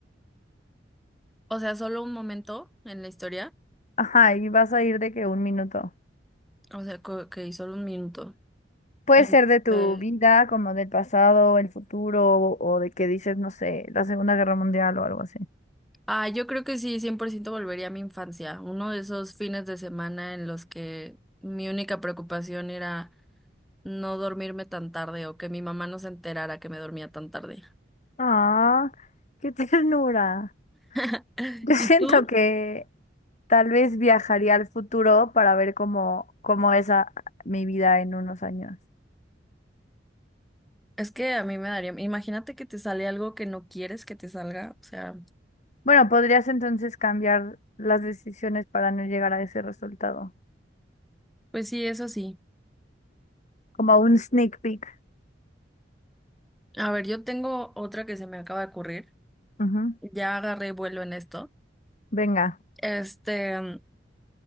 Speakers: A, in the centre; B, on the left.
A: O sea, solo un momento en la historia.
B: Ajá, y vas a ir de que un minuto.
A: O sea, co- que solo un minuto.
B: Puede
A: Este,
B: ser de tu vida, como del pasado, el futuro, o, o de que dices, no sé, la Segunda Guerra Mundial o algo así.
A: ah, yo creo que sí, 100% volvería a mi infancia, uno de esos fines de semana en los que mi única preocupación era no dormirme tan tarde o que mi mamá no se enterara que me dormía tan tarde.
B: Ah, qué <laughs> ternura.
A: <laughs>
B: Yo siento
A: ¿Y tú?
B: que tal vez viajaría al futuro para ver cómo, cómo es a- mi vida en unos años.
A: Es que a mí me daría, imagínate que te sale algo que no quieres que te salga, o sea,
B: Bueno, podrías entonces cambiar las decisiones para no llegar a ese resultado,
A: pues sí, eso sí.
B: como un sneak peek.
A: A ver, yo tengo otra que se me acaba de ocurrir,
B: Ujú.
A: ya agarré vuelo en esto.
B: Venga,
A: Este,